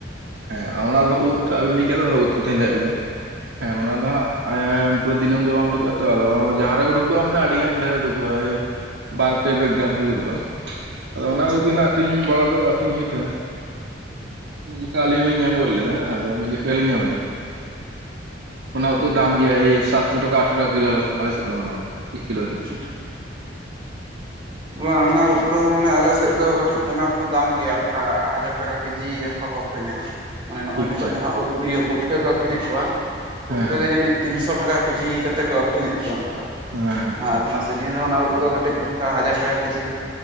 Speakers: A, on the right; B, on the right.
A: ᱦᱮᱸ ᱚᱱᱟ ᱫᱚ ᱩᱫᱽ ᱟᱵᱤᱱ ᱞᱟᱹᱭ ᱠᱮᱜ ᱫᱚ ᱩᱫᱽ ᱠᱟᱛᱷᱟᱹᱧ ᱞᱟᱹᱭᱟᱫ ᱵᱤᱱᱟ᱾ ᱦᱮᱸ ᱚᱱᱟ ᱫᱚ ᱦᱟᱸᱜ ᱫᱤᱱᱟᱢ ᱫᱚ ᱵᱟᱝ ᱩᱰᱩᱠᱜᱼᱟ ᱛᱚ, ᱟᱫᱚ ᱚᱱᱟ ᱡᱟᱦᱟᱸᱨᱮ ᱩᱰᱩᱠᱚᱜᱼᱟ ᱢᱟᱱᱮ ᱟᱹᱰᱤ ᱜᱟᱱ ᱰᱷᱮᱨ ᱩᱰᱩᱠᱚᱜᱼᱟ᱾ ᱯᱮᱨᱟᱭ ᱵᱟᱨ ᱯᱮ ᱵᱮᱜᱽ ᱜᱟᱱ ᱦᱩᱭ ᱜᱚᱫᱚᱜᱼᱟ᱾ ᱟᱫᱚ
B: ᱟᱪᱪᱷᱟ
A: ᱚᱱᱟ ᱩᱫᱽ ᱟᱠᱷᱨᱤᱧ ᱵᱟᱲᱟ ᱫᱚ ᱟᱠᱷᱨᱤᱧ ᱦᱩᱭᱩᱜ ᱛᱟᱦᱮᱫ᱾ ᱢᱤᱫ ᱡᱚᱠᱷᱟ ᱟᱹᱞᱤᱧ ᱞᱤᱧ ᱧᱟᱢ ᱜᱚᱫ ᱞᱮᱫᱟ, ᱟᱫᱚ ᱢᱤᱫ ᱡᱚᱠᱷᱷᱟ ᱜᱮᱞᱤᱧ ᱧᱟᱢ ᱞᱮᱫᱟ᱾ ᱚᱱᱟ ᱩᱫᱽ ᱫᱟᱢ ᱜᱮᱭᱟ ᱳᱭ ᱥᱟᱛᱥᱚ ᱴᱟᱠᱟ ᱟᱴᱷᱥᱚ ᱴᱠᱟ ᱠᱤᱞᱳ ᱟᱞᱮᱥᱮᱫ ᱫᱚ ᱚᱱᱟ ᱢᱤᱫ ᱠᱤᱞᱳ ᱨᱮ᱾
B: <unintelligible> ᱵᱟᱝ ᱚᱱᱟ ᱩᱫᱽ ᱫᱚ ᱢᱟᱱᱮ ᱟᱞᱮ ᱥᱮᱫ ᱫᱚ ᱠᱟᱹᱴᱤᱡ ᱚᱱᱟ ᱠᱚᱫᱚ ᱫᱟᱢ ᱜᱮᱭᱟ ᱚᱱᱠᱟ ᱦᱟᱡᱟᱨ ᱴᱟᱠᱟ ᱠᱮᱡᱤ ᱚᱱᱠᱟ ᱠᱚ ᱟᱹᱠᱷᱨᱤᱧᱟ᱾ ᱢᱟᱱᱮ ᱱᱚᱜᱼᱚᱭ
A: ᱴᱷᱤᱠ
B: ᱱᱤᱛᱚᱜ
A: ᱴᱷᱤᱠ
B: ᱡᱟᱦᱟᱸ ᱩᱫᱽ ᱤᱭᱟᱹ ᱯᱩᱴᱠᱟᱹ ᱠᱚ ᱟᱹᱠᱷᱨᱤᱧᱮᱫ ᱠᱚᱣᱟ, ᱯᱩᱴᱠᱟᱹ
A: ᱦᱮᱸ ᱦᱮᱸ
B: ᱜᱮ ᱡᱟᱹᱱᱤᱡ ᱛᱤᱱᱥᱚ ᱴᱟᱠᱟ ᱠᱮᱡᱤ ᱠᱟᱛᱮ ᱠᱚ ᱟᱹᱠᱷᱨᱤᱧᱮᱫ ᱠᱚᱣᱟ, ᱚᱱᱠᱟ
A: ᱦᱮᱸ ᱦᱮᱸ
B: ᱟᱨ ᱥᱤᱡᱤᱱ ᱨᱮ ᱚᱱᱟ ᱩᱫᱽ ᱫᱚ ᱠᱟᱹᱴᱤᱡ ᱚᱱᱠᱟ ᱦᱟᱡᱟᱨ ᱴᱟᱠᱟ ᱠᱮᱡᱤ᱾